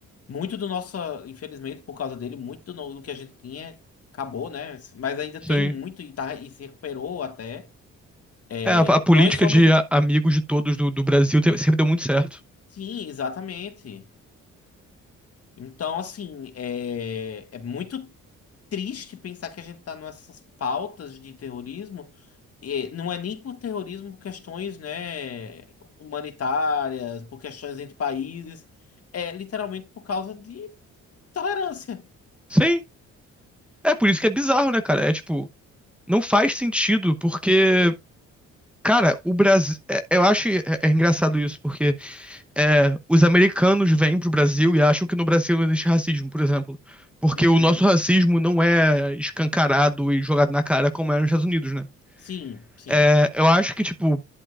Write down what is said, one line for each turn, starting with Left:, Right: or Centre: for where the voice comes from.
Left: muito do nosso, infelizmente, por causa dele, muito do, no- do que a gente tinha acabou, né? Mas ainda tem
Centre: Sim.
Left: muito e, tá, e se recuperou até.
Centre: É,
Left: É,
Centre: a, a política
Left: nós somos.
Centre: de a- amigos de todos do, do Brasil te- sempre deu muito certo.
Left: Sim, exatamente. Então, assim, é, é muito. triste pensar que a gente está nessas pautas de terrorismo, e não é nem por terrorismo, por questões, né, humanitárias, por questões entre países, é literalmente por causa de tolerância.
Centre: Sim. É por isso que é bizarro, né, cara? É tipo, não faz sentido, porque, cara, o Brasil. eu acho é, é engraçado isso, porque é, os americanos vêm pro Brasil e acham que no Brasil não existe racismo, por exemplo. Porque
Left: Uhum.
Centre: o nosso racismo não é escancarado e jogado na cara como é nos Estados Unidos, né?
Left: Sim, sim.
Centre: É, eu acho que, tipo,